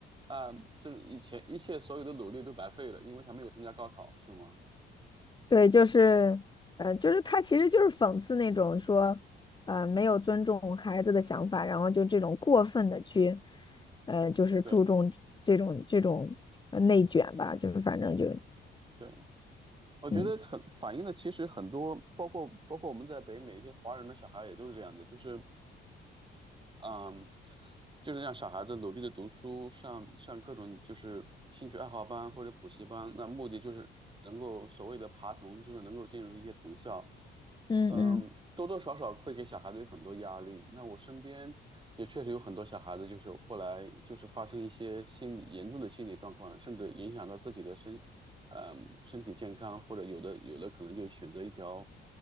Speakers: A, on the right; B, on the left.
A: 啊、就是以前一切所有的努力都白费了，因为他没有参加高考，是吗？
B: 对，就是，呃，就是他其实就是讽刺那种说，呃，没有尊重孩子的想法，然后就这种过分的去，呃，就是注重这种这种呃内卷吧，
A: 对
B: 就是反正就，
A: 对，我觉得很反映了其实很多，
B: 嗯
A: 包括包括我们在北美一些华人的小孩也都是这样的，就是嗯，就是让小孩子努力的读书，上上各种就是兴趣爱好班或者补习班，那目的就是能够所谓的爬藤，就是能够进入一些藤校。
B: 嗯嗯，
A: 嗯，多多少少会给小孩子有很多压力。那我身边也确实有很多小孩子，就是后来就是发生一些心理严重的心理状况，甚至影响到自己的身嗯，身体健康，或者有的有的可能就选择一条